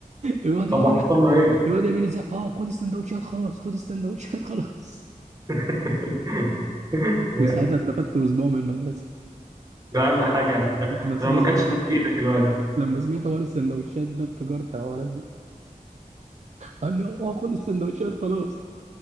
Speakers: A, on the right; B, on the right.
A: الواد
B: طب
A: يقول
B: وحصل
A: لي
B: له ايه
A: الواد يعمل ازاي اه خد السندوتشات خلاص خد السندوتشات <laughs> خلاص
B: <laughs> ده
A: وساعتها اترفدت اسبوع من المدرسه
B: أقل حاجة يعني ده,
A: لما سمعت
B: ده لو ما كانش مات في إيدك الواد
A: لما سمعت حوار السندوتشات ده افتكرت الحوارات دي قال لي اه خد السندوتشات خلاص